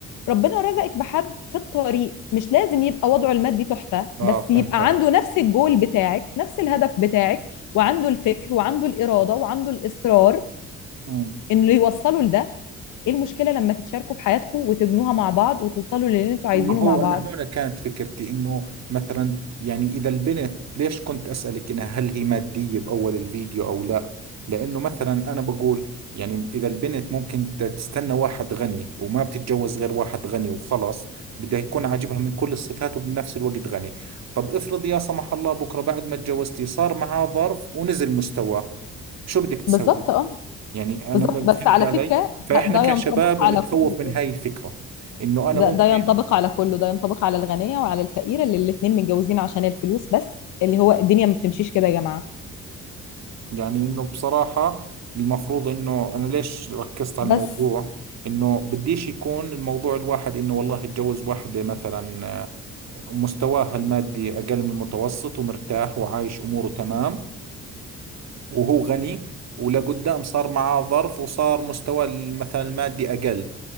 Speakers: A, on the left (about 85°); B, on the right (about 60°).
A: ربنا رزقك بحد في الطريق مش لازم يبقى وضعه المادي تحفة
B: اه
A: بس
B: فهمت
A: يبقى عنده نفس الجول بتاعك نفس الهدف بتاعك وعنده الفكر وعنده الإرادة وعنده الإصرار
B: عليك
A: إنه يوصله لده ايه المشكلة لما تتشاركوا في حياتكم وتبنوها مع بعض وتوصلوا للي انتوا
B: ما
A: عايزينه
B: هو
A: مع بعض
B: أنا هنا كانت فكرتي إنه مثلا يعني إذا البنت ليش كنت أسألك إنها هل هي مادية بأول الفيديو أو لا لأنه مثلا أنا بقول يعني إذا البنت ممكن بدها تستنى واحد غني وما بتتجوز غير واحد غني وخلص بدها يكون عاجبها من كل الصفات وبنفس الوقت غني طب افرض يا سمح الله بكرة بعد ما تجوزتي صار معاه ظرف ونزل مستواه شو بدك تسوي
A: بالظبط اه
B: يعني أنا
A: بالظبط
B: ما
A: بس
B: فهمت
A: على
B: علي
A: فكرة
B: فإحنا
A: ده, ده
B: كشباب
A: ينطبق
B: بنتخوف
A: على كله
B: من هاي الفكرة إنه أنا
A: ده,
B: ممكن
A: ده ينطبق على كله ده ينطبق على الغنية وعلى الفقيرة اللي الاتنين متجوزين عشان الفلوس بس اللي هو الدنيا ما بتمشيش كده يا جماعة
B: يعني انه بصراحة المفروض انه انا ليش ركزت على الموضوع
A: بس
B: انه بديش يكون الموضوع الواحد انه والله يتجوز واحدة مثلا آه، مستواها المادي اقل من المتوسط ومرتاح وعايش اموره تمام وهو غني ولقدام صار معاه ظرف وصار مستواه مثلا المادي اقل